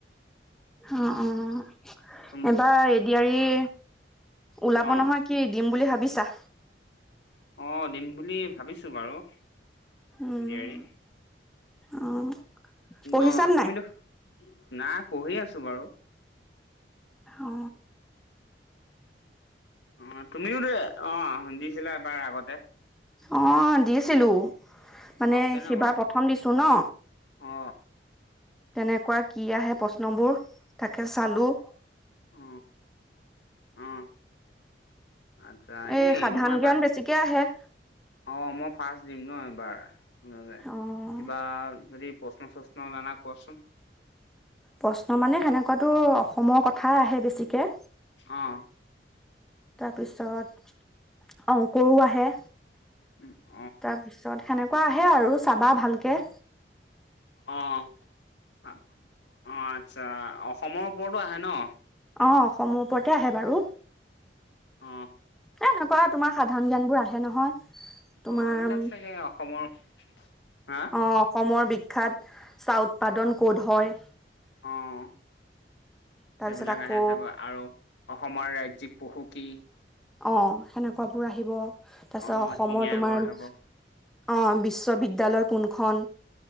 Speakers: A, in the centre; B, on the left.
A: অ', অ',
B: উম
A: এবাৰ এ, ডি, আৰ, ই ওলাব
B: অ
A: নহয়। কি দিম বুলি ভাবিছা?
B: অ' দিম বুলি ভাবিছো বাৰু।
A: um
B: A, D, R, E,
A: অ পঢ়িছান
B: ন তুমিটো।
A: নাই?
B: না পঢ়ি আছো বাৰু।
A: অঁ।
B: অ' তুমিও যে, অ' দিছিলা এবাৰ আগতে।
A: অ' দিছিলো, মানে
B: অ কেনেকুৱা
A: সিবাৰ প্ৰথম দিছো ন'।
B: অ
A: কেনেকুৱা কি আহে প্ৰশ্নবোৰ, তাকে চালোঁ।
B: অ অ আচ্ছা
A: এ
B: এই
A: সাধাৰণ
B: মই এবাৰ
A: জ্ঞান বেছিকে আহে।
B: অ' মই ফাৰ্ষ্ট দিম ন' এইবাৰ,
A: অ
B: কিবা যদি প্ৰশ্ন, চশ্ন জানা কোৱাচোন।
A: প্ৰশ্ন মানে সেনেকুৱাতো, অসমৰ কথা আহে বেছিকে।
B: অ'।
A: তাৰপিছত, অংকৰো আহে।
B: উম'।
A: তাৰপিছত সেনেকুৱা আহে আৰু, চাবা ভালকে।
B: অ'। অ' আচ্ছা, অসমৰ ওপৰতো আহে ন'?
A: অ' অসমৰ ওপৰতে আহে বাৰু।
B: অ'।
A: এ এনেকোৱা তোমাৰ সাধাৰণ জ্ঞানবোৰ আহে নহয়। তোমাৰ
B: অ', এইবিলাক চাগে অসমৰ হা
A: অ', অসমৰ বিখ্যাত চাহ উৎপাদন ক'ত হয়!
B: অ',
A: তাৰপিছত
B: সেইবিলাক
A: আকৌ
B: আহে চাগৈ আৰু অসমৰ ৰাজ্যিক পশু কি?
A: অ', সেনেকুৱাবোৰ আহিব। তাৰপিছত
B: অ
A: অসমৰ
B: শিঙীয়া
A: তোমাৰ
B: গড়ধাগৰ
A: অ', বিশ্ববিদ্যালয় কোনখন?